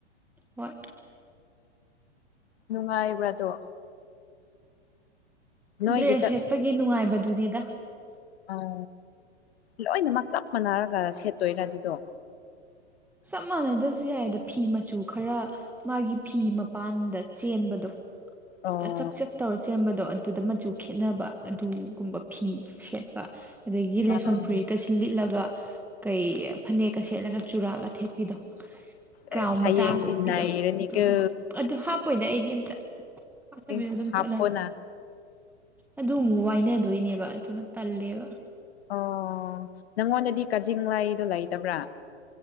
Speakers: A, in the centre; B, on the left.
A: ꯍꯣꯏ
B: ꯅꯨꯡꯉꯥꯏꯕ꯭ꯔꯥ ꯑꯗꯣ ꯅꯣꯏꯒꯤ
A: ꯗ꯭ꯔꯦꯁ ꯁꯦꯠꯄꯒꯤ ꯅꯨꯡꯉꯥꯏꯕꯗꯨꯅꯤꯗ꯫
B: ꯑꯣ ꯂꯣꯏꯅꯃꯛ ꯆꯞ ꯃꯥꯟꯅꯔꯒ ꯁꯦꯠꯇꯣꯏꯔꯥ ꯑꯗꯨꯗꯣ?
A: ꯆꯞ ꯃꯥꯟꯅꯗꯁꯨ ꯌꯥꯏꯗ ꯐꯤ ꯃꯆꯨ ꯈꯔ ꯃꯥꯒꯤ ꯐꯤ ꯃꯄꯥꯟꯗ ꯆꯦꯟꯕꯗꯣ꯫
B: ꯑꯣ꯫
A: ꯆꯛ-ꯆꯛ ꯇꯧꯔ ꯆꯦꯟꯕꯗꯣ ꯑꯗꯨꯗ ꯃꯆꯨ ꯈꯦꯠꯅꯕ ꯑꯗꯨꯒꯨꯝꯕ ꯐꯤ ꯁꯦꯠꯄ, ꯑꯗꯒꯤ ꯂꯦꯁꯣꯟ
B: ꯑꯥ
A: ꯐꯨꯔꯤꯠꯀꯁꯦ ꯂꯤꯠꯂꯒ ꯀꯩ ꯐꯅꯦꯛꯀ ꯁꯦꯠꯂꯒ ꯆꯨꯔꯥꯒ ꯊꯦꯠꯄꯤꯗꯣ
B: ꯑꯁ
A: ꯀ꯭ꯔꯥꯎꯟ
B: ꯍꯌꯦꯡꯗꯤ
A: ꯃꯆꯥꯒ ꯎꯞꯄꯤꯗꯣ
B: ꯅꯩꯔꯅꯤꯀꯣ
A: ꯑꯗꯨ ꯑꯗꯨ ꯍꯥꯞ ꯄꯣꯏꯗ ꯑꯩꯗꯤ ꯑꯃꯇ ꯍꯥꯞꯇꯕꯤꯗ
B: ꯏꯁ
A: ꯑꯗꯨꯝ
B: ꯍꯥꯞꯄꯣꯅ
A: ꯆꯠꯂꯅꯤ꯫ ꯑꯗꯨꯃꯨꯛ ꯋꯥꯏꯅꯗꯣꯏꯅꯦꯕ ꯑꯗꯨꯅ ꯇꯜꯂꯦꯕ꯫
B: ꯑꯣ ꯅꯪꯉꯣꯟꯗꯗꯤ ꯀꯖꯤꯡ ꯂꯥꯏꯗꯣ ꯂꯩꯇꯕ꯭ꯔꯥ?